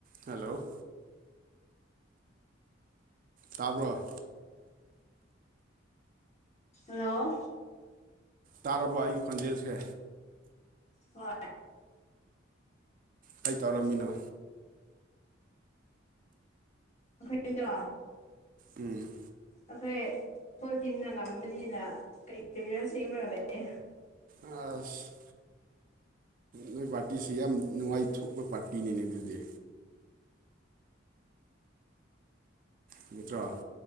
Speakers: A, on the right; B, on the left.
A: hello ꯇꯥꯕ꯭ꯔꯣ
B: hello
A: ꯇꯥꯔꯕ ꯑꯩꯒꯤ ꯈꯣꯟꯖꯦꯜꯁꯦ
B: ꯍꯣꯏ
A: ꯀ ꯇꯧꯔꯝꯃꯤꯅꯣ
B: ꯑꯩꯈꯣꯏꯗꯣ
A: ꯎꯝ
B: ꯑꯩꯈꯣꯏ ꯐꯨꯠꯕꯣꯜ ꯇꯤꯝꯅ ꯉꯝꯕꯅꯤꯅ ꯀꯩ ꯀꯦꯔꯤꯌꯔ ꯁꯦꯝꯕꯒ ꯂꯩꯌꯦ
A: ꯑꯁ ꯅꯣꯏ ꯄꯥꯔꯇꯤꯁꯤ ꯌꯥꯝ ꯅꯨꯡꯉꯥꯏꯊꯣꯛꯄ ꯄꯥꯔꯇꯤꯅꯤꯅꯦ ꯑꯗꯨꯗꯤ ꯅꯠꯇ꯭ꯔꯣ